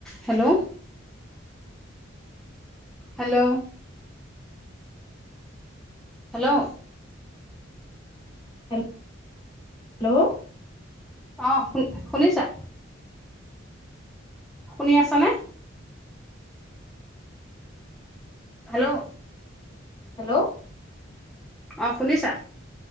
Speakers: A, in the centre; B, on the left (about 20°).
A: Hello hello hello
B: hello ও
A: অ শু শুনিছা, শুনি আছা নে? হেল্ল'
B: হেল্ল'
A: অ শুনিছা